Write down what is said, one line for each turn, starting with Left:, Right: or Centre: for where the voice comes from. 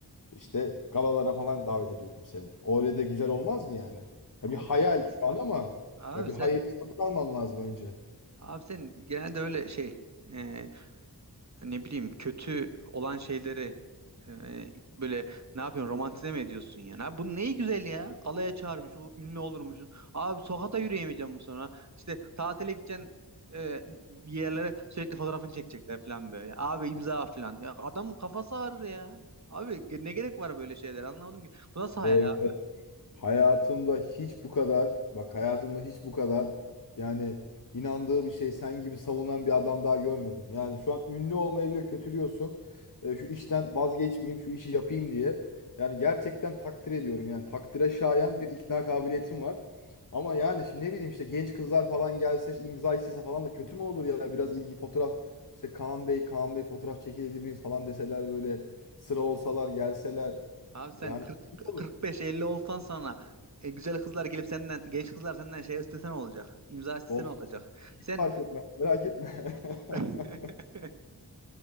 Left: işte galalara falan davet ediyorum seni. Öyle de güzel olmaz mı yani? Ya
Right: Ol-
Left: bir hayal şu an ama
Right: abi
Left: ya bir
Right: sen
Left: hayali satın alman lazım önce.
Right: abi sen genelde öyle şey e, ne bileyim kötü olan şeyleri e, böyle ne yapıyorsun romantize mi ediyorsun yani? Abi bu neyi güzel ya? Galaya çağırmış, o ünlü olurmuş. Abi sokakta yürüyemeyeceğim bu sonra. İşte tatile gideceksin e, bir yerlere sürekli fotoğrafını çekecekler falan böyle. Abi imza falan. Ya adamın kafası ağrır ya. Abi ge- ne gerek var böyle şeyler anlamadım ki. Bu nasıl hayal
Left: Evet.
Right: abi?
Left: Hayatımda hiç bu kadar, bak hayatımda hiç bu kadar yani inandığı bir şey sen gibi savunan bir adam daha görmedim. Yani şu an ünlü olmayı bile kötülüyorsun. E, şu işten vazgeçmeyeyim, şu işi yapayım diye. Yani gerçekten takdir ediyorum. Yani takdire şayan bir ikna kabiliyetim var. Ama yani şimdi ne bileyim işte genç kızlar falan gelse işte imza istese falan da kötü mü olur ya? Biraz ilgi fotoğraf işte Kaan Bey, Kaan Bey fotoğraf çekilebilir miyiz falan deseler böyle sıra olsalar gelseler.
Right: Abi sen
Left: Yani kötü mü
Right: 45-50 olsan sana e, güzel kızlar gelip senden genç kızlar senden şey istesen olacak. İmza istesen
Left: olur.
Right: olacak. Sen
Left: Fark etme. Merak etme. <laughs>
Right: <laughs>